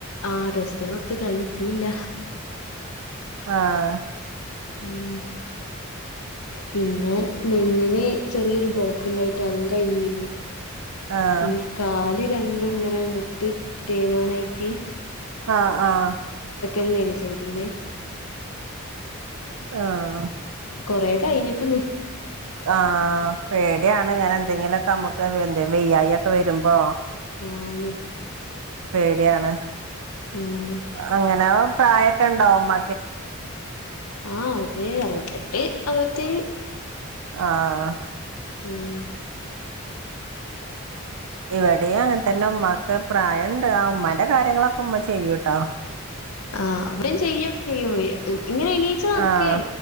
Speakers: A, on the left; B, on the right.
A: ആഹ് ടെസ്റ്റിന് കൊടുത്തുക്കാ അത് കിട്ടീല്ല
B: ആഹ്
A: ഉം പിന്നെ നെഞ്ഞിന് ചെറിയൊരു ബ്ലോക്ക് ഇണ്ടായിട്ട് അതും കഴിഞ്ഞിരുന്നു
B: ആഹ്
A: പിന്നെ കാല് രണ്ടും ഇങ്ങനെ മുട്ട് തേയ്മാനായിട്ട്
B: ആഹ് ആഹ്
A: ഇന്നതി ചെയ്തീനെ
B: ആഹ
A: കൊറ കയ്യ്ഞ്ഞേക്കന്
B: ആഹ പേടയാണ് ഇങ്ങനെ എന്തെങ്കിലൊക്കെ നമ്മുക്ക് എന്ത വെയ്യായി ഒക്കെ വരുമ്പോ
A: ആന്ന്
B: പേടിയാണ്
A: ആഹ്
B: അങ്ങനെ പ്രായമൊക്കെ ഉണ്ടാവുംഉമ്മ
A: ആ അവര് അറുപത്തെട്ട് അറുപത്തി
B: ആഹ
A: ഉം
B: ഇവിടെയും അങ്ങനെ തന്നെ ഉമ്മാക്ക് പ്രായം ഉണ്ട് ആ ഉമ്മാന്റെ കാര്യങ്ങളൊക്കെ ഉമ്മ ചെയ്യൂട്ടോ
A: ആ അവരും ചെയ്യും ചെയ്യും ഇങ്ങനെ എണീച്ച നടക്കയേ
B: ആഹ്